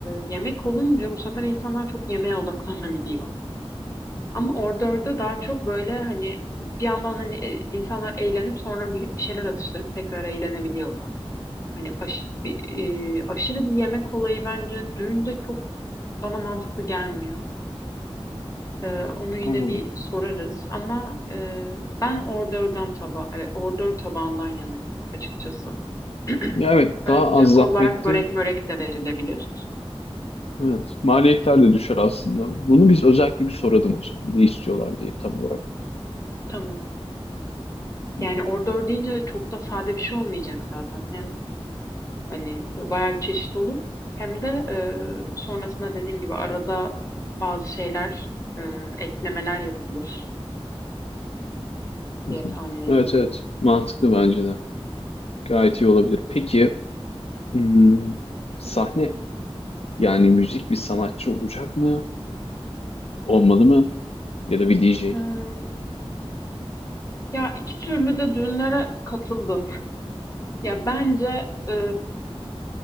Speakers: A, on the left; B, on the left.
A: yemek olunca bu sefer insanlar çok yemeğe odaklanabiliyor. Ama orada daha çok böyle hani bir yandan hani e, insanlar eğlenip sonra bir, bir şeyler atıştırıp tekrar eğlenebiliyorlar. Hani aşı- bir- e, aşırı bir yemek olayı bence düğünde çok bana mantıklı gelmiyor. E, onu yine
B: Anladım.
A: bir sorarız ama e, ben ordörden taba e, ordör tabağından yanayım açıkçası. <clears throat>
B: Ya evet
A: Ara
B: daha
A: sıcak
B: az zahmetli
A: olarak börek mörek de verilebilir.
B: Evet, maliyetler de düşer aslında. Bunu biz özellikle bir soralım o zaman. Ne istiyorlar diye tam olarak. <laughs>
A: Tamam.
B: Hmm.
A: Yani ordör deyince çok da sade bir şey olmayacak zaten. Hem Hani e, bayağı bir çeşit olur. Hem de e, sonrasında dediğim gibi arada bazı şeyler, e, eklemeler yapılır diye
B: Hı hı.
A: tahmin ediyorum.
B: Evet evet mantıklı bence de. Gayet iyi olabilir. Peki hmm, sahne yani müzik bir sanatçı olacak mı? Olmalı mı? Ya da bir DJ?
A: Hmm. Ya iki türlü de düğünlere katıldım. <laughs> Ya bence e,